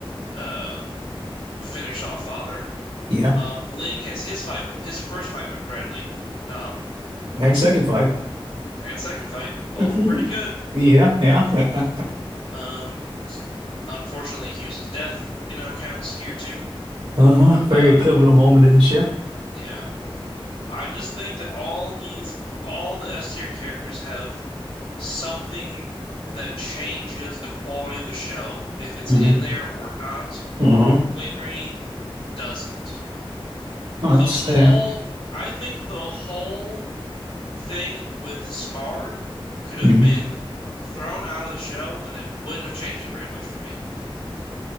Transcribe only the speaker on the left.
uh finish off Father.
Um, Ling has his fight with his first fight with Bradley. Um,
Pan's second fight, both
pretty good.
Um, unfortunately, Hughes' death, you know, counts here too.
Um,
yeah, I just think that all these, all the S tier characters have something that changes the quality of the show, if it's
in there or not.
Winry doesn't.
the whole
I think the whole thing with Scar could have
been thrown out of the show and it wouldn't have changed it very much for me.